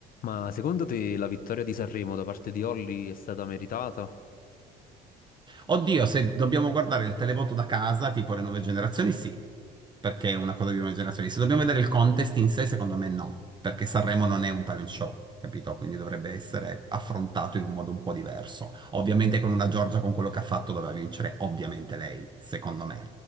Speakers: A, on the left; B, on the right.
A: Ma secondo te la vittoria di Sanremo da parte di Olly è stata meritata?
B: Oddio, se dobbiamo guardare il televoto da casa, tipo le nuove generazioni, sì, perché è una cosa di nuove generazioni. Se dobbiamo vedere il contest in sé, secondo me no, perché Sanremo non è un talent show, capito? Quindi dovrebbe essere affrontato in un modo un po' diverso. Ovviamente con una Giorgia, con quello che ha fatto, doveva vincere, ovviamente lei, secondo me.